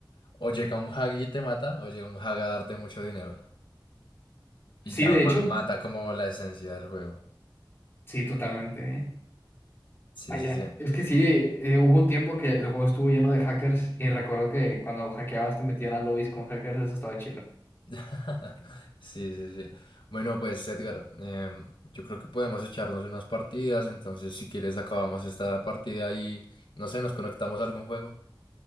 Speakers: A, on the left (about 75°); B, on the left (about 30°).
A: o llega un hag y te mata, o llega un hag a darte mucho dinero y
B: Sí,
A: ya
B: de
A: ma-
B: hecho,
A: mata como la esencia del juego.
B: sí, totalmente, ¿eh?
A: Sí,
B: Vaya,
A: sí, sí.
B: es que sí, eh, hubo un tiempo que el juego estuvo lleno de hackers y recuerdo que cuando hackeabas te metían a lobbies con hackers, eso estaba chido.
A: <laughs> Sí, sí, sí. Bueno, pues Edgar, em, yo creo que podemos echarnos unas partidas, entonces si quieres acabamos esta partida y no sé, nos conectamos a algún juego.